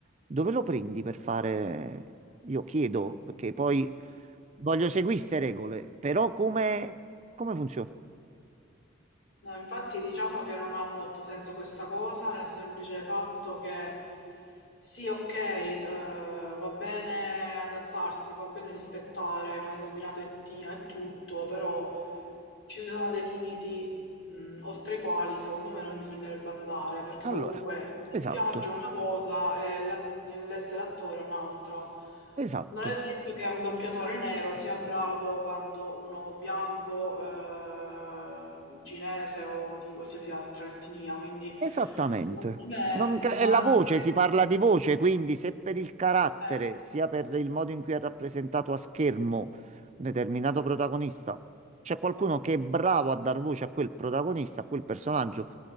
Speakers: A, on the right; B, on the left.
A: dove lo prendi per fare... Io chiedo, perché poi voglio seguire queste regole, però come, come funziona?
B: No, infatti diciamo che non ha molto senso questa cosa, nel semplice fatto che sì, ok, eh, va bene adattarsi, va bene rispettare una determinata etnia e tutto, però ci sono dei limiti, mh, oltre i quali secondo me non bisognerebbe andare, perché
A: Allora,
B: comunque il
A: esatto,
B: doppiaggio è una cosa e la- l'essere attore è un'altra.
A: esatto.
B: Non è detto che un doppiatore nero sia bravo quanto uno bianco, eh, cinese o di qualsiasi altra etnia, quindi
A: Esattamente.
B: secondo me
A: Non
B: non
A: ca- è la
B: ha
A: voce,
B: senso.
A: si parla di voce, quindi se per il carattere,
B: Eh,
A: sia per il modo in cui è rappresentato a schermo un determinato protagonista, c'è qualcuno che è bravo a dar voce a quel protagonista, a quel personaggio,